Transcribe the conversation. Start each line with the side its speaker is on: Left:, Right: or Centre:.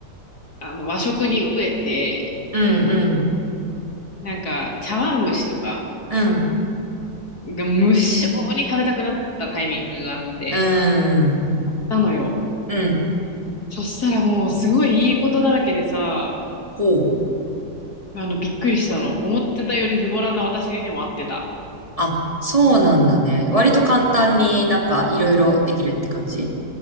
Left: あの、和食に飢えて、
Right: うん、うん、
Left: なんか、茶碗蒸しとか
Right: うん、
Left: が無性に食べたくなったタイミングがあって、
Right: うん、
Left: なのよ。
Right: うん。
Left: そしたらもうすごいいいことだらけでさ、
Right: ほう。
Left: あの、びっくりしたの。思ってたよりズボラな私にも合ってた。
Right: あ、そうなんだね。割と簡単になんかいろいろできるって感じ